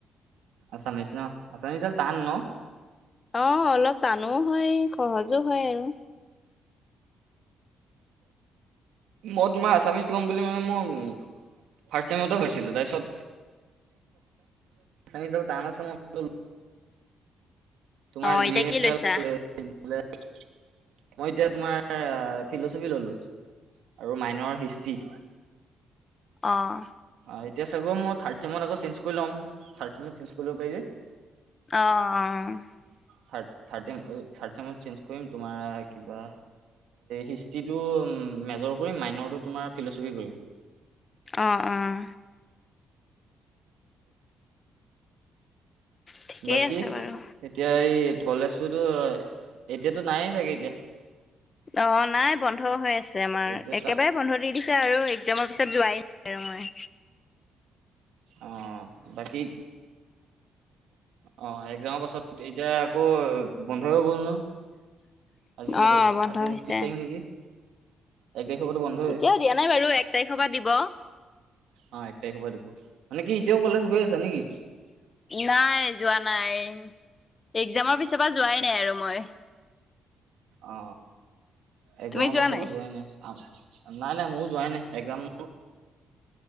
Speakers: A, on the right (about 80°); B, on the left (about 30°).
A: আছামিছ নহ আছামিজেৰ তান নহ?
B: অহ, অলপ টানো হয় সহজো হয় আৰু।
A: মই তোমাৰ আছামিচ লম বুলি মানে মই ফাষ্ট চেমতে ভাবিছিলোঁ তাৰপিছত আমি চল তানা চ ম <unintelligible> তোমাৰ
B: অ'
A: যিহে
B: এতিয়া কি লৈছা?
A: মই এতিয়া তোমাৰ ফিলচফি ললোঁ আৰু মাইনৰ হিষ্টি
B: অহঁ
A: অ এতিয়া চাগে মই থাৰ্ড চেমত আকৌ চেঞ্জ কৰি ল'ম থাৰ্ড চেমত চেঞ্জ কৰি লব পাৰি যে
B: অহ অহ
A: থাৰ্ড থাৰ্ড চেমত চেঞ্জ কৰিম তোমাৰ কিবা হিষ্টিতো মেজৰ মেজৰ কৰিম মাইনৰটো তোমাৰ ফিলচফি কৰিম।
B: অহ অহ ঠিকেই
A: বাকী
B: আছে বাৰু।
A: এতিয়া এই কলেজতোতো এতিয়াতো নাইে চাগে এতিয়া
B: অ নাই বন্ধ হৈ আছে আমাৰ
A: এতিয়া
B: একেবাৰে বন্ধ দি দিছে আৰু একজামৰ পিছত যোৱাই নাই আৰু হয়।
A: অ বাকী অ একজামৰ পাছত এতিয়া আকৌ বন্ধ হৈ গ'ল নহঁ। আজি কেই
B: অ
A: তাৰিখ
B: বন্ধ
A: আজি
B: হৈছে
A: ঊনত্ৰিশ তাৰিখ নেকি। এক তাৰিখৰ পৰাতো বন্ধই
B: এতিয়াও দিয়া নাই বাৰু এক তাৰিখৰ পৰা দিব
A: অ একতাৰিখৰ পৰা দিব মানে কি এতিয়াও কলেজ গৈ আছা নেকি
B: নাই যোৱা নাই একজামৰ পিছৰ পৰা যোৱাই নাই আৰু মই
A: অ একজামৰ
B: তুমি যোৱা
A: পাছৰ
B: নাই
A: পৰা যোৱাই নাই। নাই নাই মইও যোৱাই এহ নাই একজাম